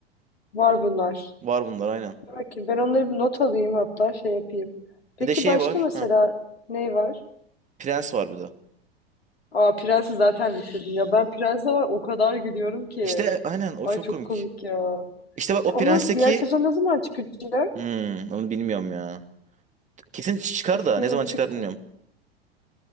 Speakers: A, on the left; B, on the right.
A: Var bunlar.
B: Var bunlar aynen.
A: Dur Bakayım. Ben onları bir not alayım hatta şey yapayım. Peki
B: Bir de şey
A: başka
B: var.
A: mesela
B: Ha,
A: ne var?
B: Prens var bir de.
A: Aa Prens'i zaten bitirdim ya. Ben Prens'e var o kadar gülüyorum ki.
B: İşte aynen o
A: Ay
B: çok
A: çok
B: komik.
A: komik ya.
B: İşte bak
A: İşte
B: o
A: onun
B: Prens'teki
A: diğer sezon ne zaman çıkacak?
B: Hmm, onu bilmiyorum ya. Kesin çıkar
A: Of
B: da
A: ya
B: ne
A: da bir
B: zaman
A: an önce
B: çıkar
A: çıksın.
B: bilmiyorum.